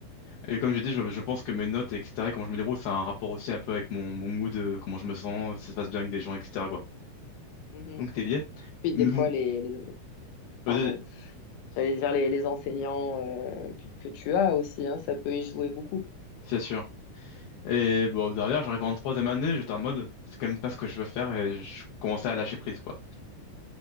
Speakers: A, on the left (about 70°); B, on the left (about 85°).
A: Et comme j'ai dit, je, je pense que mes notes, etc., et comment je me débrouille, ça a un rapport aussi un peu avec mon, mon mood, euh, comment je me sens, si ça se passe bien avec des gens, etc., quoi.
B: Mhm.
A: Donc, c'est lié.
B: Puis des
A: Mais
B: fois,
A: bon,
B: les, les- pardon,
A: vas-y,
B: j'allais dire les, les enseignants euh, que, que tu as aussi, hein, ça peut y jouer beaucoup.
A: c'est sûr. Et bon, derrière, j'arrive en troisième année, j'étais en mode, c'est quand même pas ce que je veux faire, et je commençais à lâcher prise, quoi.